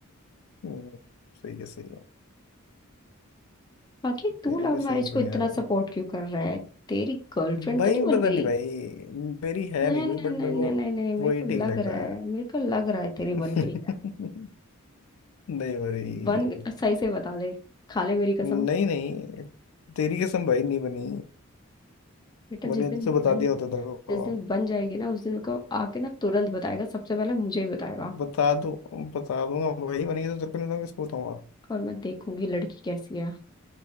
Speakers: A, on the left; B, on the left.
A: हम्म, सही है सही है
B: बाकी तू
A: तेरे
B: लव
A: भी सही
B: मैरिज
A: ओपिनियन
B: को इतना
A: है भाई
B: सपोर्ट क्यों कर रहा है तेरी गर्लफ्रेंड
A: भाई
B: तो नहीं
A: पता
B: बन गई
A: नहीं भाई मेरी है
B: नहीं
A: नहीं
B: नहीं
A: कोई बट
B: नहीं
A: मेरे को
B: नहीं नहीं नहीं मेरे
A: वही
B: को
A: ठीक
B: लग
A: लगता
B: रहा है
A: है
B: मेरे को लग रहा है तेरी
A: <laughs> नहीं
B: बन गई है
A: भाई
B: बन सही से बता दे खा ले मेरी कसम
A: नहीं नहीं तेरी कसम भाई नहीं बनी
B: बेटा
A: बने
B: जिस दिन
A: तो बता
B: बन
A: दिया होता तेरे
B: जिस
A: को
B: दिन बन जाएगी ना उस दिन मेरे को आके ना तुरंत बताएगा सबसे पहले मुझे ही बताएगा
A: बता दूं बता दूंगा भाई बनेगी तो तेरे को नहीं बताऊंगा, किसको बताऊंगा
B: और मैं देखूंगी लड़की कैसी है